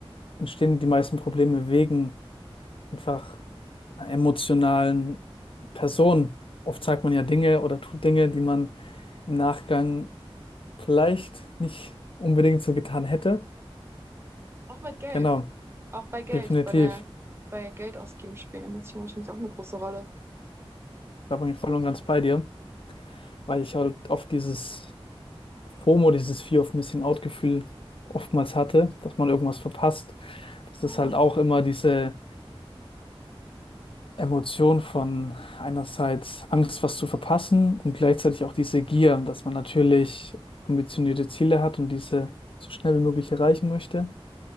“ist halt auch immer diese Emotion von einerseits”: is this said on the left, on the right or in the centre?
Left